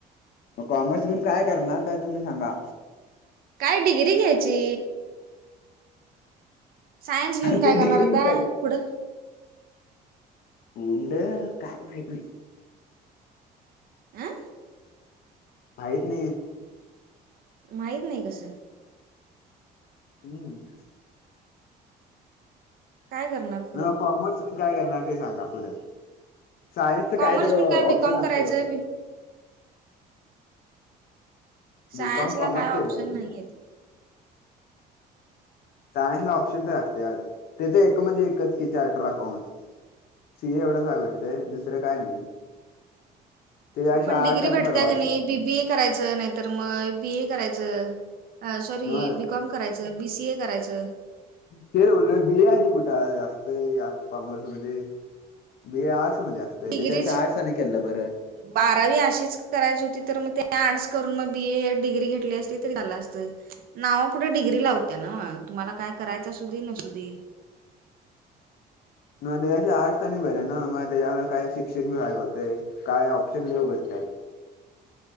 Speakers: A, on the left (about 65°); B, on the right (about 60°).
A: म कॉमर्स घेऊन काय करणार काय तुम्ही सांगा?
B: काय डिग्री घ्यायची. सायन्स घेऊन
A: ते
B: काय करणार
A: डिग्री
B: आता
A: येऊन काय
B: पुढं
A: <unintelligible> काय माहित नाही.
B: अ
A: <unintelligible> माहित नाही.
B: माहित नाही कसं.
A: हम्म.
B: काय करणार? पुढं
A: म कॉमर्स काय करणार ते सांगा पुुढं? सायन्सच
B: कॉमर्स
A: काय तर
B: घेऊन
A: ऑप्शन
B: बीकॉम
A: असतय
B: करायचंय
A: ओ.
B: सायन्सला
A: बीकॉम कॉमर्स
B: काय
A: केलं
B: ऑप्शन
A: आहे
B: नाहीयेत.
A: सायन्सला ऑप्शन तर असत्यात. तिथं एक म्हणजे एकच की चार्टर अकाउंट. सि ए एवढं व्हाय भेटतेय. दुसरं काय नाही. त्यापेक्षा
B: पण डिग्री
A: आर्ट्स आणि
B: भेटत्या
A: परवडलं
B: कनी बीबीए करायच. नाहीतर मग बी ए करायचं. सॉरी
A: मग
B: बीकॉम करायच. बीसीए करायचं.
A: ते म्हणलं बि ए आणि कुठं असतयं या कॉमर्स मध्ये. बी ए आर्टस मध्ये असतय.
B: डिग्रीच
A: त्याच्या पेक्षा आर्टस आणि केललं बरं.
B: बारावी अशीच करायची होती तर मग, ते आर्ट्स करून मग बी ए डिग्री घेतली असली तरी चालं असत. नावा पुुढे डिग्री लावत्या नव्हं. तुम्हाला काय करायचं असू दे. नसु दे.
A: मग त्याच्यापेक्षा आर्टस आणि बरं नव्हं मग त्याच्यामुळे काय शिक्षकबि व्हाय गावतयं. काय ऑप्शन लय उघडत्यात.